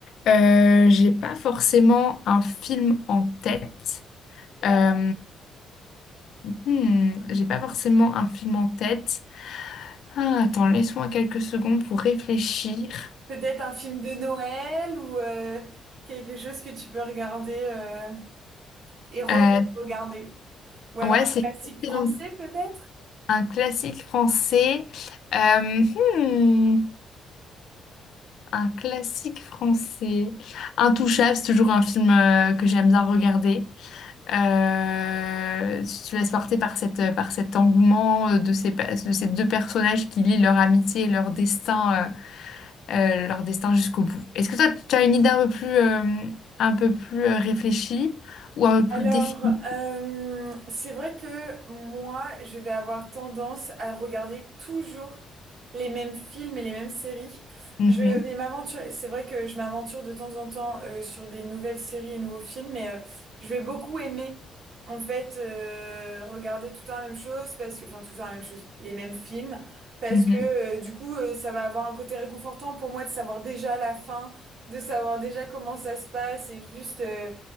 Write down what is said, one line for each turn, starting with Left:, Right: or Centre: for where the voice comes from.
Left: euh, j'ai pas forcément un film en tête. Euh, hmm, j'ai pas forcément un film en tête. Ah, attends, laisse-moi quelques secondes pour réfléchir.
Right: Peut-être un film de Noël ou euh, quelque chose que tu peux regarder euh, et re-regarder.
Left: Euh,
Right: Ou alors
Left: ouais,
Right: un
Left: c'est
Right: classique
Left: une excellente
Right: français, peut-être?
Left: Un classique français. Euh, hmm, un classique français. Intouchable, c'est toujours un film euh, que j'aime bien regarder. Euh, tu te laisses porter par cette, par cet engouement euh, de ces, pa- de ces deux personnages qui lient leur amitié et leur destin, euh, euh, leur destin jusqu'au bout. Est-ce que toi, tu as une idée un peu plus, euh, un peu plus euh, réfléchie ou un peu plus
Right: Alors,
Left: définie?
Right: euh, c'est vrai que moi, je vais avoir tendance à regarder toujours les mêmes films et les mêmes séries.
Left: Mhm,
Right: Je vais m'aventurer. C'est vrai que je m'aventure de temps en temps euh, sur des nouvelles séries et nouveaux films, mais euh, je vais beaucoup aimer, en fait, euh, regarder tout le temps la même chose, parce que, enfin, tout le temps la même chose, les mêmes films, parce
Left: mhm,
Right: que euh, du coup, euh, ça va avoir un côté réconfortant pour moi de savoir déjà la fin, de savoir déjà comment ça se passe et juste. euh,